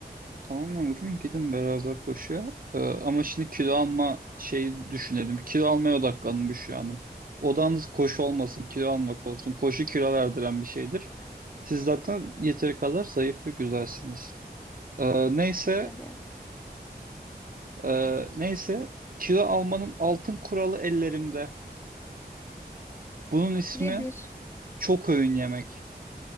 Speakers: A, on the right; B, on the left.
A: Tamam ömrüm gidin beraber koşuya. Ee, ama şimdi kilo alma şeyi düşünelim. Kilo almaya odaklanın Büşra Hanım. Odanız koşu olmasın, kilo almak olsun. Koşu kilo verdiren bir şeydir. Siz zaten yeteri kadar zayıf ve güzelsiniz. Ee, neyse,
B: Teşekkür ederim.
A: e, neyse kilo almanın altın kuralı ellerimde. Bunun ismi
B: Nedir?
A: çok öğün yemek.